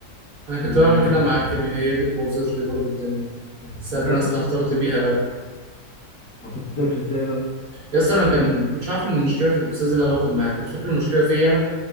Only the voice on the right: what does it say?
انا
كنت
بعمل كده مع
الكيمياء
هي دي اللي بوظت لي برضه الدنيا
بس انا
استهترت
بيها قوي
يا اسطى انا كان كنتش عارف ان المشكله في الاستاذ اللي انا باخد معاه كنت فاكر المشكله فيا انا